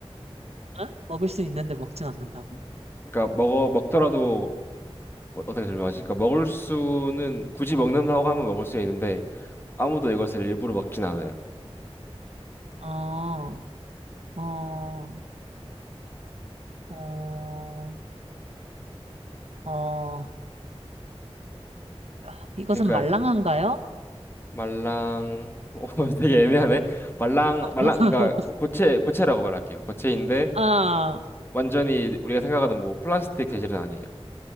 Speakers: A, on the right; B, on the left.
A: 응? 먹을 수 있는데 먹진 않는다고?
B: 그러니까 먹어 먹더라도 어, 어떻게 설명하지? 그러니까 먹을 수는 굳이 먹는다고 하면 먹을 수 있는데 아무도 이것을 일부러 먹진 않아요.
A: 어, 어, 어, 어, 야, 이것은
B: 그러니까
A: 말랑한가요?
B: 말랑 <laughs> 오 되게 애매하네. 말랑
A: <laughs>
B: 말랑 그러니까 고, 고체 고체라고 말할게요. 고체인데
A: 아,
B: 완전히 우리가 생각하는 뭐 플라스틱 재질은 아니에요.